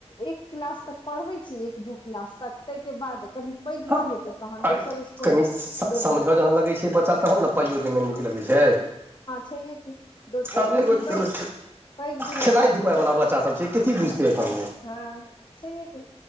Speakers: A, on the left; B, on the right.
A: एक क्लास तक पढ़बे छी एक दू क्लास तक ताहि के बाद कनी पैघ भऽ
B: हँ
A: जेते तहन दोसर
B: अरे
A: दोसर स्कूल
B: कनि
A: में देबै
B: समझऽ जहन लगै छै बच्चा तहन ने पाइयो दैमे नीक लगै छै
A: सेहे की कि
B: आब
A: कनि
B: एगो
A: पैग
B: एगो
A: भेला
B: खेलाइ
A: बाद
B: धुपाइवला
A: देबै
B: बच्चासभ छै कथी बुझतै एखन
A: हँ ह छै हय कि